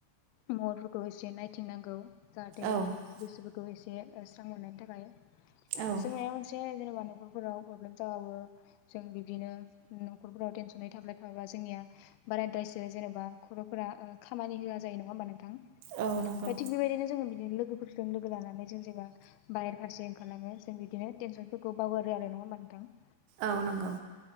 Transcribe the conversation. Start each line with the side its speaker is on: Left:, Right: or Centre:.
Left: महरफोरखौ एसे नायथिंनांगौ। जाहाथे
Right: औ
Left: बिस खौ एसे स्रां मोननायनि थाखाय।
Right: औ
Left: जों मायबा मोनसे जेनेबा न'खरफोराव प्रब्लेम जाबाबो जों बिबदिनो न'खरफोराव टेनसनै थाबलाय थाबाबा जोंनिया बाराद्रायसो जेनेबा खर'फोरा ओ खामानि होआ जायो नङा होमबा नों थां
Right: औ नंगौ
Left: थिग बेबायदिनो जों बिदिनो लोगोफोरजों लोगो लानानै जों जेबा बायेर फारसे ओंखारलाङो जों बिदिनो टेनसनफोरखौ बावगारो आरो नङा होमबा? नोंथां ‌।
Right: औ नंगौ।